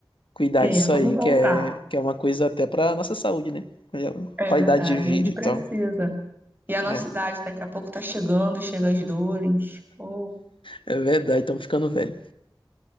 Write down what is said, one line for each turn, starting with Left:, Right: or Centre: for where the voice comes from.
Left: cuidar
Right: É,
Left: disso
Right: vamos
Left: aí,
Right: voltar.
Left: que é, que é uma coisa até pra nossa saúde, né? É uma
Right: É
Left: Qualidade
Right: verdade,
Left: de vida
Right: a gente
Left: e
Right: precisa.
Left: tal.
Right: E a nossa
Left: É,
Right: idade daqui a pouco tá chegando, chega as dores. Oh,
Left: é verdade, estamos ficando velho.